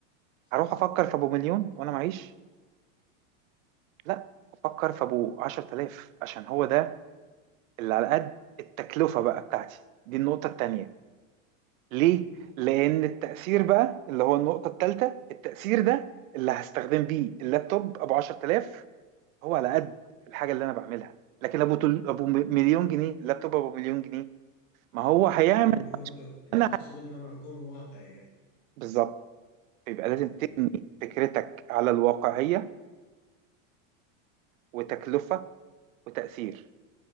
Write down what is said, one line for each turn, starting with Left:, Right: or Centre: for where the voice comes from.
Left: صح
Right: هروح أفكر في أبو مليون وأنا معيش لا أفكر في أبو عشرة آلاف عشان هو ده اللي على قد التكلفة بقى بتاعتي دي النقطة التانية ليه؟
Left: اوكي معاك
Right: لأن التأثير بقى اللي هو النقطة التالتة التأثير ده اللي هستخدم بيه اللابتوب أبو عشرة آلاف هو على قد الحاجة اللي أنا بعملها لكن أبو تل... أبو م- مليون جنيه لابتوب أبو مليون جنيه ما هو هيعمل
Left: اللي هو انت انت
Right: أنا
Left: تقصد ان انا اكون واقعي يعني
Right: بالظبط يبقى لازم
Left: اوكي
Right: تبني فكرتك على الواقعية وتكلفة وتأثير